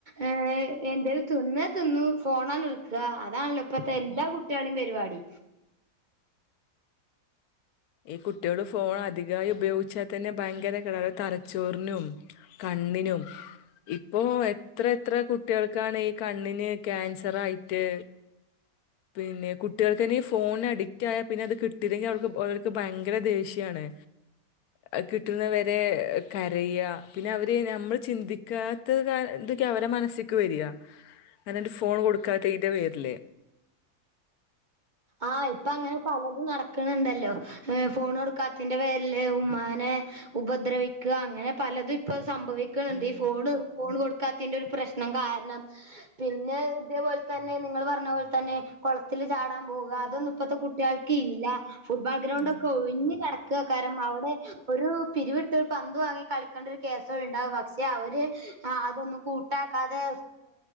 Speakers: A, on the right (about 40°); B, on the left (about 80°).
A: ഏഹ് ഏ എന്തേൽ തിന്നേ തിന്നും ഫോണ ക്കാ അതാണല്ലോ ഇപ്പത്തെ എല്ലാ കുട്ട്യാളീം പരിപാടി
B: ഈ കുട്ട്യാള് ഫോണ് അധികായി ഉപയോഗിച്ചാ ത്തെന്നെ ഭയങ്കര കേടാ തലച്ചോറിനും കണ്ണിനും ഇപ്പൊ എത്ര എത്ര കുട്ട്യാൾക്കാണ് ഈ കണ്ണിന് ക്യാൻസർ ആയിട്ട് പിന്നെ കുട്ട്യാൾക്കയ്ന് ഈ ഫോൺന് അടി ഏ പിന്നത് കിട്ടില്ലെങ്കിൽ അവൾക് ഓൽക്ക്‌ ഭയങ്കര ദേഷ്യാണ് അത് കിട്ട്ണ വരെ കരയ പിന്നെ അവരെ നമ്മൾ ചിന്തിക്കാത്ത ത തൊക്കെ അവരെ മനസ്സ്ക്ക് വെരാ ഞാനെന്റെ ഫോണ് കൊടുക്കാത്തേന്റെ പേരില്
A: ആ ഇപ്പ അ പലതും നടക്കിന്ണ്ടല്ലോ ഏ ഫോണ് കൊടുക്കാത്തതിന്റെ പേരില് ഉമ്മാനെ ഉപദ്രവിക്ക തു അങ്ങനെ പലതും ഇപ്പൊ സംഭവിക്ക്ന്ണ്ട്
B: ഉം
A: ഇ ഇവിടെ ഫോണ് കൊടുക്കാത്തിന്റെ ഒരു പ്രശ്നം കാരണം പിന്നെ ഇതേ പോലെത്തന്നെ നിങ്ങൾ പറഞ്ഞപോലെ ത ന്നെ കൊളത്തില് ചാടാൻ പോക അതൊന്നും ഇപ്പത്തെ കുട്ടികൾക്ക് ഇല്ല ഫോട്‌ബോൾ ഗ്രൗണ്ടൊക്കെ
B: ഉം
A: ഒഴിഞ്ഞ് കേടക്കേകാരം അവടെ ഒരു പിരിവിട്ട് ഒരു പന്ത് വാങ്ങി കളിക്കണ്ട ഒരു കേസേ വടെ ഉണ്ടാകു പക്ഷേ പിന്നെ അവര് അ അതൊന്നും കൂട്ടാക്കാതെ